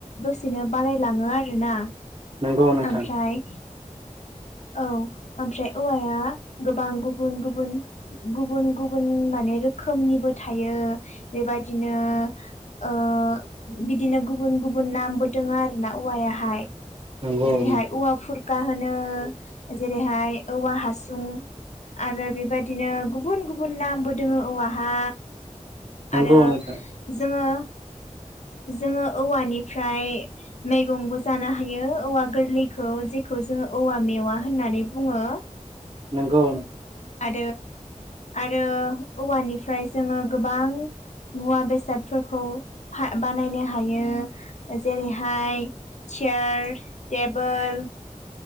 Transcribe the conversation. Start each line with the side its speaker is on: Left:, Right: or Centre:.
Left: दसेनो बारायलाङो आरोना
Right: नंगौ नोंथां
Left: ओमफ्राय औ ओमफ्राय औवाया गोबां गुबुन गुबुन गुबुन गुबुन माने रोखोमनिबो थायो बेबायदि नो ओ बिदिनो गुबुन गुबुन नामबो दङ आरो ना औवायाहाय
Right: नंगौ
Left: जेरैहाय
Right: नंगौ
Left: औवा फुरखा होनो जेरैहाय औवा हासुं आरो बेबायदिनो गुबुन गुबुन नामबो दोङो औवा हा
Right: नंगौ
Left: आरो
Right: नोंथां
Left: जोङो जोङो औवानिफ्राय मैगंबो जानो हायो औवा गोरलैखौ जेखौ जोङो औवा मेवा होननानै बुङो
Right: नोंगौ
Left: <inaudible> आरो औवानिफ्राय जोङो गोबां मुवा बेसादफोरखौ फा बानायनो हायो जेरैहाय चेयार टेबोल